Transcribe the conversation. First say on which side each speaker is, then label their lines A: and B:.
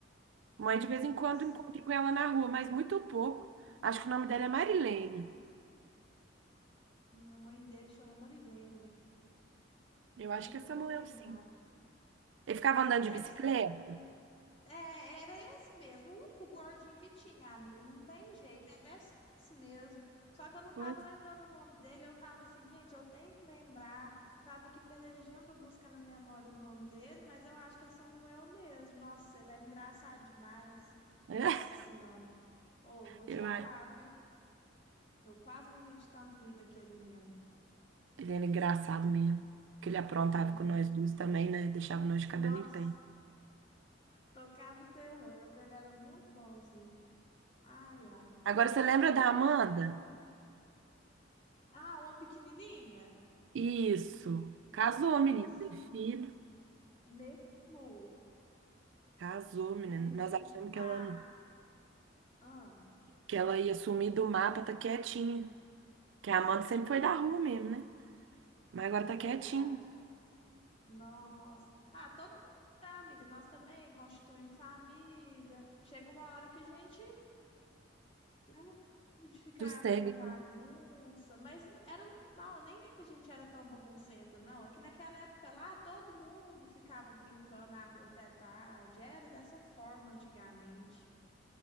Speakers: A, on the right; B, on the left.
A: Mãe,
B: Nossa.
A: de vez em quando encontro com ela na rua, mas muito pouco. Acho que o nome
B: nossa.
A: dela é Marilene.
B: A mãe dele chama Marilene.
A: Eu acho
B: Eu não
A: que é Samuel,
B: tô lembrada.
A: sim. Ele ficava andando
B: Deve
A: de bicicleta?
B: ser. É, era esse mesmo. O único gordinho que tinha, amiga. Não tem jeito. É, deve ser esse mesmo. Só que eu não
A: Pois.
B: tava lembrando o nome dele. Eu tava assim, gente, eu tenho que lembrar. Tava aqui pelejando pra buscar na memória o nome dele, mas eu acho que é Samuel mesmo. Nossa, ele era engraçado demais.
A: <laughs>
B: Nossa Senhora. Ô, vou
A: Eu,
B: te falar,
A: ai,
B: viu? Eu quase morri de tanto rir daquele menino.
A: ele era engraçado mesmo. Que ele aprontava
B: Ele era.
A: com nós duas também, né? Deixava nós de cabelo
B: Nossa,
A: em pé.
B: tocava o terror, mas ele era muito bonzinho. Ai, ai.
A: Agora, você
B: Tem
A: lembra
B: dia que
A: da
B: a gente.
A: Amanda?
B: Ah, uma pequenininha?
A: Isso.
B: Nossa,
A: Casou, menino. Teve filho.
B: mesmo?
A: Casou,
B: Gente.
A: menino. Nós achamos que
B: Ah,
A: ela,
B: ah,
A: que ela ia sumir do mapa, tá quietinha. Que a Amanda sempre foi da rua mesmo, né? Mas agora tá
B: verdade.
A: quietinha.
B: Nossa. Ah, todo mundo, tá, amiga? Nós também constituímos família. Chega uma hora que a gente, né, de ficar
A: Sossega.
B: fazendo bagunça, mas era normal, nem é que a gente era tão baguncenta, não. É que naquela época lá, todo mundo ficava brincando na rua até tarde. Era dessa forma antigamente.